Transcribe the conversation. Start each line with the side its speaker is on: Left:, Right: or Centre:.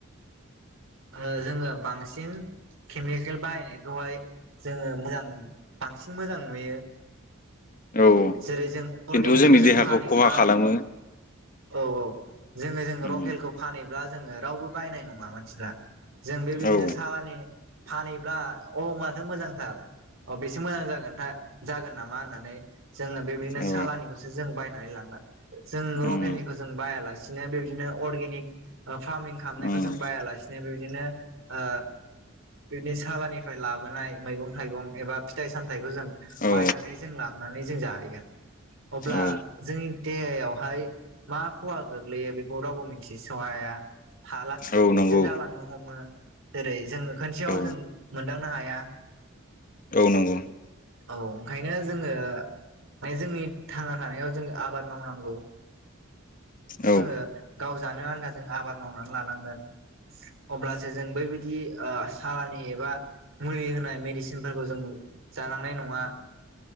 Right: ओ जोंङो बांसिन केमिकेल बाहायनायखौहाय जोंङो मोजां बांसिन मोजां नुयो।
Left: औ
Right: जेरै जों
Left: खिन्थु
Right: अर्गेनिकखौ
Left: जोंनि
Right: जों
Left: देहाखौ
Right: फानहैब्ला
Left: खहा खालामो
Right: औ औ जोंङो जों लकेलखौ
Left: उम
Right: फानहैब्ला जोंङो रावबो बायनाय नङा मानसिफ्रा । जों बेबायदिनो
Left: औ
Right: सालानि फानहैब्ला अ माथो मोजांथार अ बेसो मोजां जागोनथां जागोन नामा होननानै जोंनो बेबायदिनो
Left: औ
Right: सालानिखौसो जों बायनानै लांङो। जों लकेलनिखौ
Left: उम
Right: जों बायालासिनो बेबायदिनो अर्गेनिक ओ फारमिं खामनायखौ
Left: उम
Right: जों बायालासिनो बेबायदिनो ओ बिदिनो सालानिफ्राय लाबोनाय मैगं थाइगं एबा फिथाइ सामथायाइखौ जों
Left: औ
Right: बायनानै जों लां नानै जों जाहैगोन। अब्ला
Left: औ
Right: जोंनि देहायावहाय मा खहा गोग्लैयो बेखौ रावबो मिथिसहाया हाला
Left: औ नंगौ
Right: यै जालांनो हमो जेरै जोङो खोनसेयाव
Left: औ
Right: जों मोनदांनो हाया। <inaudible>
Left: गौ नंगौ।
Right: औ ओंखायनो जोंङो माने जोंनि थांना थानायाव जों आबाद मावनांगौ
Left: औ
Right: जोंङो गाव जानो आनदा जों आबाद मावनानै लानांगोन अब्लासो जों बैबायदि सारानि एबा मुलि होनाय मेडिसिनफोरखौ जों जालांनाय नङा